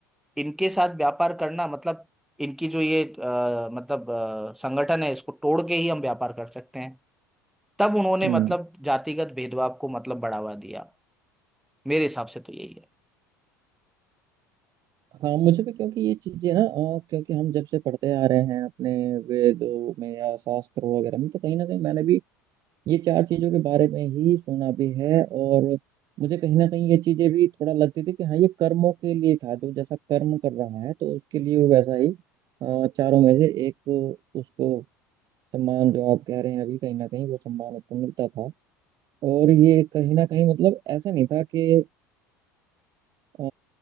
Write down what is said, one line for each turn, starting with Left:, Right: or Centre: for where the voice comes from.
Centre: इनके साथ व्यापार करना मतलब इनकी जो ये अ, मतलब अ, संगठन है इसको तोड़ के ही हम व्यापार कर सकते हैं तब उन्होंने
Right: हम्म
Centre: मतलब जातिगत भेदभाव को मतलब बढ़ावा दिया मेरे हिसाब से तो यही है
Right: हाँ मुझे भी क्योंकि ये चीजें ना अ, क्योंकि हम जब से पढ़ते आ रहे हैं अपने वेदों में या शास्त्रों वगैरह में तो कहीं ना कहीं मैंने भी ये चार चीजों के बारे में ही सुना भी है और मुझे कहीं ना कहीं ये चीजें भी थोड़ा लगती थी कि हाँ ये कर्मों के लिए था जो जैसा कर्म कर रहा है तो उसके लिए वो वैसा ही अ, चारों में से एक उसको सम्मान जो आप कह रहे हैं अभी कहीं ना कहीं वो सम्मान उसको मिलता था और ये कहीं ना कहीं मतलब ऐसा नहीं था कि अ,